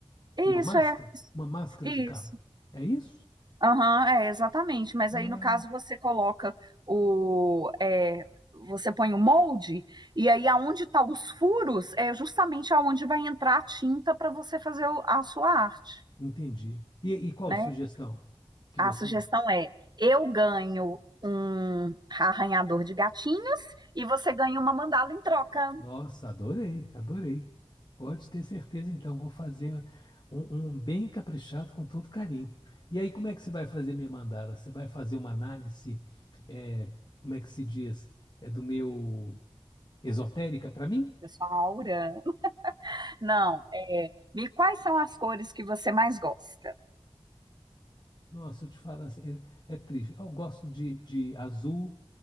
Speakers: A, on the right (about 45°); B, on the left (about 45°).
A: Isso
B: Uma máscara?
A: é,
B: Uma máscara
A: isso.
B: de carbono. É isso?
A: Aham, é, exatamente. Mas
B: Ah,
A: aí, no caso, você coloca o. é, você põe o molde, e aí aonde estão os furos é justamente aonde vai entrar a tinta para você fazer o- a sua arte,
B: entendi. E, e qual
A: né?
B: sugestão que
A: A
B: você
A: sugestão é: eu ganho um arranhador de gatinhos e você ganha uma mandala em troca.
B: Nossa, adorei, adorei. Pode ter certeza, então, vou fazer um, um bem caprichado com todo carinho. E aí, como é que você vai fazer minha mandala? Você vai fazer uma análise, é, como é que se diz, é do meu esotérica para mim?
A: Eu sou a Aura. <laughs> Não, é. E quais são as cores que você mais gosta?
B: Nossa, eu te falo assim, é, é triste. Eu gosto de, de azul,